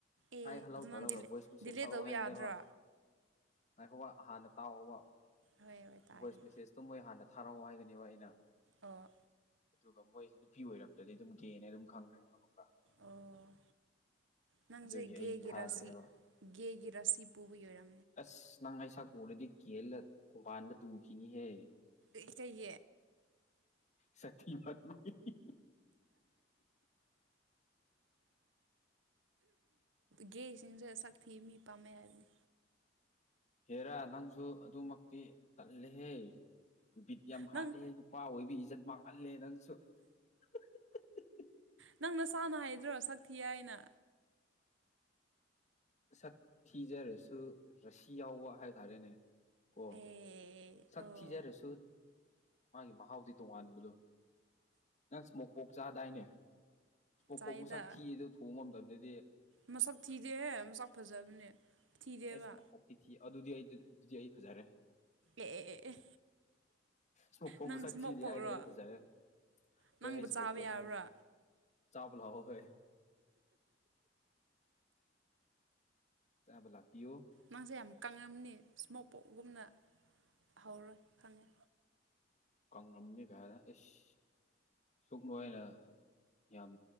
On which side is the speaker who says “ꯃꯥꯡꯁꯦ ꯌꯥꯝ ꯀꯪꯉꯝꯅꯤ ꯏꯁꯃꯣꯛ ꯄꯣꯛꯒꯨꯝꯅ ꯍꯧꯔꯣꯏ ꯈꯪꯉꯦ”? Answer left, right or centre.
Right